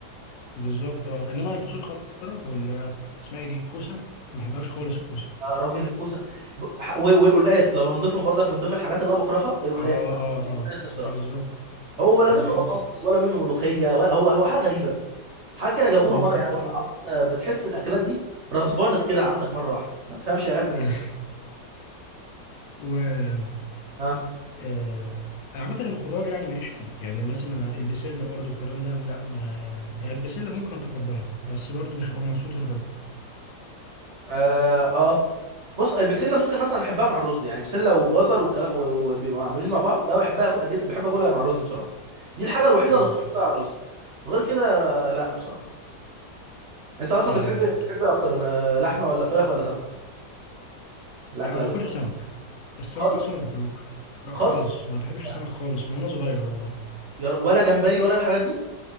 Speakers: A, on the left; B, on the right.
A: بالظبط اه انما الفاصوليا الخضراء وال اسمها ايه دي الكوسه ما بحبهاش خالص الكوسه
B: يا راجل الكوسه ب- ح- و- والقلقاس لو هنضيفهم برضك من ضمن الحاجات اللي انا بكرهها القلقاس
A: اه
B: انا ما اعرفش
A: اه
B: ايه
A: اه
B: القلقاس ده بصراحه
A: بالظبط
B: هو ولا
A: بالظبط
B: منه بطاطس ولا منه ملوخيه ولا هو هو حاجه غريبه حاجه كده جابوها
A: بالظبط
B: مره يعني والله
A: اه
B: العظيم آه، بتحس الاكلات دي رسبانت كده عندك مره واحده ما تفهمش يا جت منين
A: <laughs> و
B: اه
A: آه، عامة الخضار يعني ماليش فيه يعني مثلا البسلة برضو والكلام ده لا ما يعني البسلة ممكن اتقبلها بس برضو مش هبقى مبسوط وانا باكل
B: اه آه. بص البسله ممكن مثلا احبها مع الرز يعني بسله وجزر والكلا- و- وبيبقوا معمولين مع بعض ده بحبها أكل- أجد- بحب اكلها مع الرز بصراحه دي الحاجه الوحيده
A: اه
B: اللي اطيق احطها على الرز غير كده لا بصراحه انت اصلا
A: آه،
B: بتحب بتحب إيه اكتر ما لحمه ولا فراخ ولا سمك الاكله
A: يعني ما
B: اللي
A: باكلش
B: طبعا
A: سمك السمك
B: خالص
A: اصلا ما باكلوش لا
B: خالص
A: خالص ما بحبش
B: يعني
A: السمك خالص من وانا صغير والله
B: يا ر- ولا جمبري ولا الحاجات دي